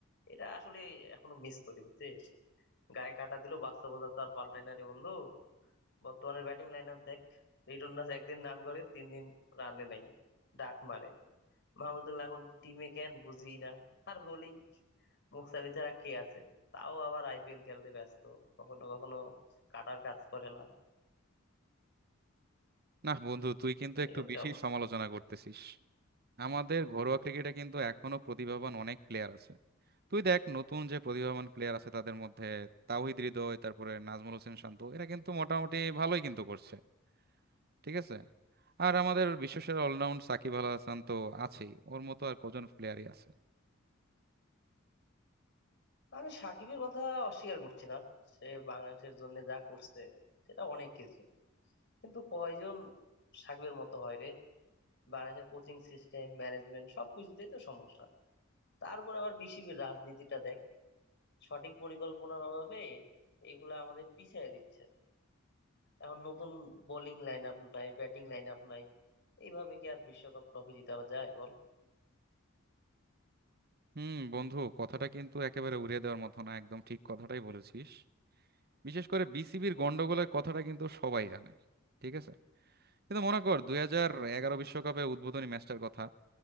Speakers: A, on the left; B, on the right.
A: এটা আসলে এখনো মিস করি বুঝছিস গায়ে কাটা দিল বাস্তবতা তো আর পাল্টায় না রে বন্ধু বর্তমানে ব্যাটিং লাইন আপ দেখ লিটন দাস একদিন রান করে তিন দিন রানে নাই ডাক মারে মাহমুদুল্লাহ এখন টিমে কেন বুঝি না আর বোলিং মুস্তাফিজ ছাড়া কে আছে তাও আবার আইপিএল খেলতে ব্যস্ত কখনো কখনো কাটার কাজ করে না
B: না বন্ধু তুই কিন্তু একটু
A: এই হচ্ছে
B: বেশি
A: অবস্থা
B: সমালোচনা করতেছিস আমাদের ঘরোয়া ক্রিকেটে কিন্তু এখনো প্রতিভাবান অনেক প্লেয়ার আছে তুই দেখ নতুন যে প্রতিভাবান প্লেয়ার আছে তাদের মধ্যে তাওহিদ হৃদয় তারপরে নাজমুল হোসেন শান্ত এরা কিন্তু মোটামুটি ভালোই কিন্তু করছে ঠিক আছে আর আমাদের বিশ্বসেরা অলরাউন্ড সাকিব আল হাসান তো আছেই ওর মতো আর কজন প্লেয়ারই আছে
A: আমি সাকিবের কথা অস্বীকার করছি না সে বাংলাদেশের জন্য যা করছে সেটা অনেক কিছু কিন্তু কয়জন সাকিবের মতো হয় রে বাংলাদেশের কোচিং সিস্টেম ম্যানেজমেন্ট সবকিছুতেই তো সমস্যা তারপর আবার বিসিবির রাজনীতিটা দেখ সঠিক পরিকল্পনার অভাবে এগুলা আমাদের পিছায় দিচ্ছে এখন নতুন বোলিং লাইন আপ নাই ব্যাটিং লাইন আপ নাই এইভাবে কি আর বিশ্বকাপ ট্রফি জিতাবা যায় বল
B: হুম বন্ধু কথাটা কিন্তু একেবারে উড়িয়ে দেওয়ার মতো না একদম ঠিক কথাটাই বলেছিস বিশেষ করে বিসিবির গন্ডগোলের কথাটা কিন্তু সবাই জানে ঠিক আছে কিন্তু মনে কর দুই হাজার এগারো বিশ্বকাপে উদ্বোধনী ম্যাচটার কথা